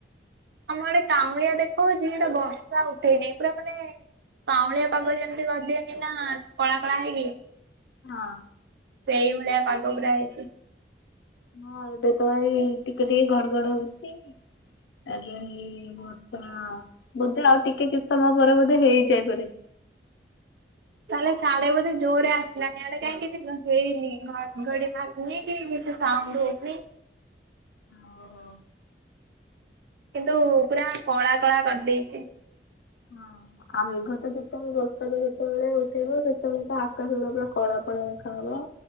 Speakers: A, on the right; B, on the left.
A: ଆମର ଆଡ଼େ କାଉଁଳିଆ ଦେଖଉଚି ଏଟା ବର୍ଷା ଉଠେଇନି ପୁରା ମାନେ କାଉଁଳିଆ ପାଗ ଯେମିତି କରିଦିଅନି ନା କଳା କଳା ହେଇକି
B: ହଁ।
A: ସେଇ ଭଳିଆ ପାଗ ପୁରା ହେଇଚି।
B: ହଁ ଏବେ ତ ଏ ଟିକେ ଟିକେ ଘଡଘଡ ହଉଚି। ଏବେଇ ବଷ ବୋଧେ ଆଉ ଟିକେ କିଛି ସମୟ ପରେ ବୋଧେ ହେଇଯାଏ ପାରେ।
A: <inaudible> ହେଲେ ସାଡେ ବଧେ ଜୋରରେ ଆସିଲାନି ଆଆଡେ କାଇହିଁ କିଛି ହେଇନି ଘଘଡି ମାରନି କି କିଛି ସାଉଣ୍ଡ ନଡ୍ ହଉନି।
B: ଓହୋ
A: କିନ୍ତୁ ପୁରା କଳା କଳା କରିଦେଇଚି।
B: ହଁ ଆଉ ମେଘ ତ ଯେତେବେଳେ ବର୍ଷା ତ ଯେତେବେଳେ ଉଠେଇବ ସେତେବେଳେ ତ ଆକାଶ ଗ ପୁରା କଳା କଳା ଦେଖାହବ